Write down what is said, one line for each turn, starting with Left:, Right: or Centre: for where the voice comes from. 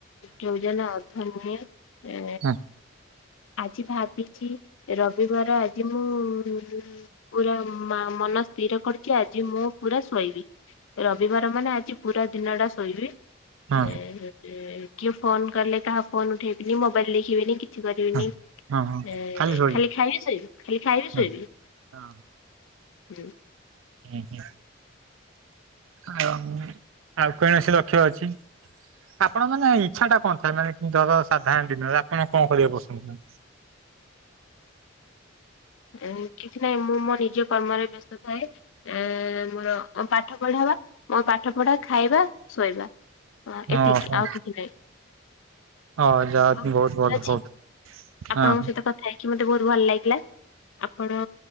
Left: ଯୋଜନା ଅର୍ଥ ନୁହେଁ ଏ
Right: ହଁ
Left: ଆଜି ଭାବି ଚି ରବିବାର ଆଜି। ମୁଁ ପୁରା ମା-ମନ ସ୍ଥିର କରୁଚି ଆଜି ମୁଁ ପୁରା ଶୋଇବି। ରବିବାର ମାନେ ଆଜି ପୁରା ଦିନ ଟା ଶୋଇବି।
Right: ହଁ
Left: <unintelligible> କିଏ ଫୋନ କଲେ କାହା ଫୋନ୍ ଉଠେଇବିନି ମୋବାଇଲ ଦେଖିବିନି କି କିଛି କରିବିନି
Right: ହଁ ହଁ ହଁ
Left: ଏ
Right: ଶୋଇ
Left: ଖାଲି ଖାଇବି ଶୋଇବି ଖାଲି ଖାଇବି
Right: ହଁ
Left: ଶୋଇବି।
Right: ହଁ
Left: ହୁଁ।
Right: ହୁଁ ହୁଁ ଆଉ ଆଉ କୌଣସି ଲକ୍ଷ୍ୟ ଅଛି? ଆପଣ ମାନେ ଇଚ୍ଛା ଟା କଣ ଥାଏ ମାନେ କି ତର ସାଧାରଣ ଡିନର ରେ ଆପଣ କଣ କରିବେ ବସନ୍ତୁ
Left: ଏ କିଛି ନାହିଁ ମୁଁ ମୋ ନିଜ କର୍ମରେ ବ୍ୟସ୍ତ ଥାଏ। ଏ ମୋର ଅଁ ପାଠ ପଢ଼ା ବା ମୋ ପାଠ ପଢା ଖାଇବା ଶୋଇବା। ହଁ ଏତିକି
Right: ଓହୋ
Left: ଆଉ କିଛି ନାହିଁ।
Right: ହ ଯା
Left: ଆଉ
Right: ବହୁତ ଭଲ
Left: ଅଛି
Right: ବହୁତ ହଁ
Left: ଆପଣଙ୍କ ସହିତ କଥା ହେଇକି ମତେ ବହୁତ ଭଲ ଲାଗିଲା। ଆପଣ